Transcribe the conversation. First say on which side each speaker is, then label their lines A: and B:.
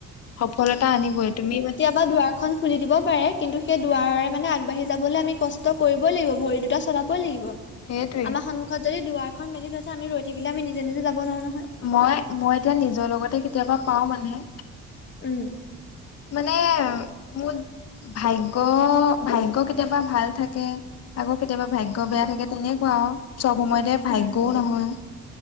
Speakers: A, on the left (about 55°); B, on the left (about 40°).
A: সফলতা আনিবই তুমি মানে
B: বা দুৱাৰখন খুলি দিব পাৰে কিন্তু সেই দুৱাৰৰে মানে আগবাঢ়ি যাবলৈ আমি কষ্ট কৰিবই লাগিব, ভৰি দুটা চলাবই লাগিব।
A: সেইটোৱে
B: আমাৰ সন্মু খ যদি দুৱাৰখন মেলি থৈছে আমি ৰৈ থাকিলে আমি নিজে নিজে যাব নোৱাৰো নহয়।
A: মই মই এতিয়া নিজৰ লগতে কেতিয়াবা পাওঁ মানে।
B: উম।
A: মানে মোত ভাগ্য, ভাগ্য কেতিয়াবা ভাল থাকে। আকৌ কেতিয়াবা ভাগ্য বেয়া থাকে তেনেকুৱা আৰু চব সময়তে ভাগ্যও
B: উম
A: নহয়।